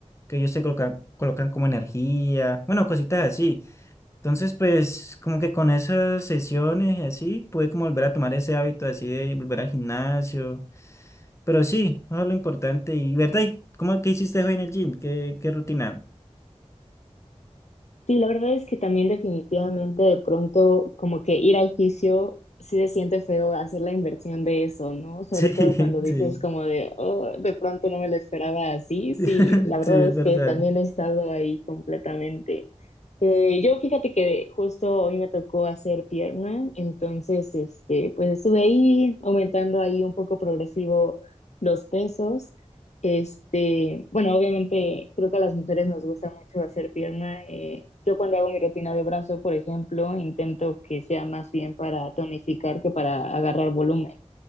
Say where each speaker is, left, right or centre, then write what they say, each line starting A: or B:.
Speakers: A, on the left; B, on the left.
A: que ellos se colocan, colocan como energía, bueno, cositas así. Entonces, pues, como que con esas sesiones y así, pude como volver a tomar ese hábito así de volver al gimnasio. Pero sí, eso es lo importante. Y, ¿verdad? ¿Y ¿Cómo que hiciste hoy en el gym? ¿Qué, qué rutina?
B: Sí, la verdad es que también definitivamente de pronto como que ir al fisio sí se siente feo hacer la inversión de eso, ¿no? Sobre
A: Sí,
B: todo
A: <laughs>
B: cuando dices
A: sí,
B: como de, oh, de pronto no me lo esperaba así.
A: sí,
B: Sí,
A: <laughs>
B: la verdad
A: sí, es
B: es
A: verdad.
B: que también he estado ahí completamente. Eh, yo fíjate que justo hoy me tocó hacer pierna, entonces este, pues estuve ahí aumentando ahí un poco progresivo los pesos. Este, bueno, obviamente creo que a las mujeres nos gusta mucho hacer pierna. eh, yo cuando hago mi rutina de brazo, por ejemplo, intento que sea más bien para tonificar que para agarrar volumen.